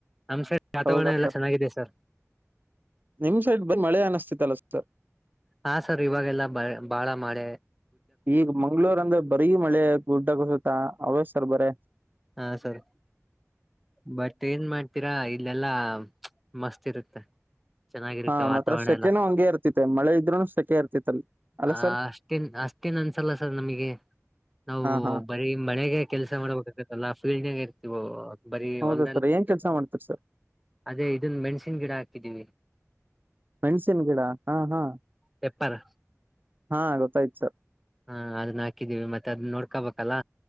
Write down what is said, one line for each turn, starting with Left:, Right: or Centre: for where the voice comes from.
Centre: ನಮ್ ಸೈಡ ವಾತಾವರಣ
Right: ಹೌದಾ
Centre: ಎಲ್ಲ
Right: ಸರ್
Centre: ಚೆನ್ನಾಗಿದೆ ಸರ್.
Right: ನಿಮ್ ಸೈಡ್ ಬಂದ ಮಳೆ ಅನಿಸ್ತಿತ್ತಲ್ಲ ಸರ್,
Centre: ಹಾ, ಸರ್ ಇವಾಗೆಲ್ಲಾ ಬ ಬಾಳ ಮಾಡೆ
Right: ಈಗ ಮಂಗ್ಳೂರ್ ಅಂದ್ರೆ ಬರೀ ಮಳೆ ಗುಡ್ಡ ಕುಸಿತ ಅವ್ಯ ಸರ್ ಬರೆ
Centre: ಹಾ, ಸರ್ ಬಟ್ ಏನ್ ಮಾಡ್ತೀರಾ ಇಲ್ಲೆಲ್ಲಾ ಮಸ್ತ್ ಇರುತ್ತೆ. ಚೆನ್ನಾಗಿರುತ್ತೆ
Right: ಹಾ ಮಾತ್ರ
Centre: ವಾತಾವರಣ
Right: ಸೆಕೆನೂ
Centre: ಎಲ್ಲ
Right: ಹಂಗೆ ಇರ್ತೈತೆ ಮಳೆ ಇದ್ರುನು ಸೆಕೆ ಇರ್ತೈತಿ ಅಲ್ಲಿ ಅಲ್ಲ
Centre: ಆ
Right: ಸರ್
Centre: ಅಷ್ಟೇನ್, ಅಷ್ಟೇನ್ ಅನ್ಸಲ್ಲ ಸರ್ ನಮಗೆ ನಾವು
Right: ಹಾ ಹಾ
Centre: ಬರೆಮಳೆಗೆ ಕೆಲ್ಸ ಮಾಡ್ಬೇಕ. ನಾ ಫೀಲ್ಡ್ಂಗ ಇರ್ತಿವೋ ಬರಿ
Right: ಹೌದಾ
Centre: ಹೊಲದಲ್ಲಿ
Right: ಸರ್ ಏನ್
Centre: ಇತವಲ್ಲ
Right: ಕೆಲ್ಸ
Centre: <unintelligible>
Right: ಮಾಡ್ತೀರಿ ಸರ್
Centre: ಅದೇ ಇದನ್ನ ಮೆಣಸಿನ್ ಗಿಡ ಹಾಕಿದೀವಿ.
Right: ಮೆಣ್ಸಿನ ಗಿಡ ಹಾ ಹಾ
Centre: ಪೆಪ್ಪರ್
Right: ಹಾ ಗೊತ್ತಾಯ್ತು ಸರ್
Centre: ಹಾ ಅದನ್ನ ಹಾಕಿದೀವಿ ಮತ್ತೆ ಅದನ್ನ ನೋಡ್ಕೊಬೇಕಲ್ಲ